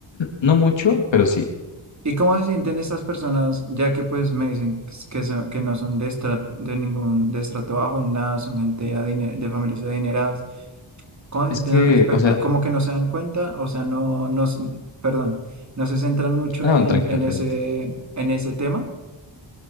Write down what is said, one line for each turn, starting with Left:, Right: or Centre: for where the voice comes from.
Left: No mucho, pero sí.
Right: ¿Y cómo se sienten estas personas, ya que pues me dicen que, s- que son, que no son de, estra- de ningún de estrato bajo, ni nada, son gente adine- de familias adineradas? ¿Cómo se
Left: Es
Right: sienten
Left: que,
Right: al respecto?
Left: o sea,
Right: ¿Como que no se dan cuenta? O sea, no, no, s- perdón, no se centran mucho
Left: ah, no,
Right: en,
Left: tranquilo,
Right: en
Left: adelante.
Right: ese, en ese tema.